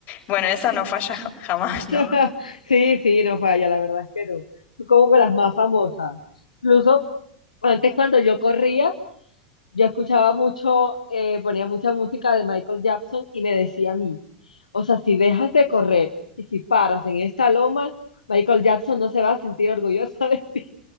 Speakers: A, on the left; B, on the left.
A: Bueno, esa no falla ja- jamás, ¿no?
B: <laughs> Sí, sí, no falla, la verdad es que no. Como que las más famosas. Incluso antes cuando yo corría, yo escuchaba mucho, eh, ponía mucha música de Michael Jackson y me decía a mí, o sea, si dejas de correr y si paras en esta loma, Michael Jackson no se va a sentir orgulloso de ti".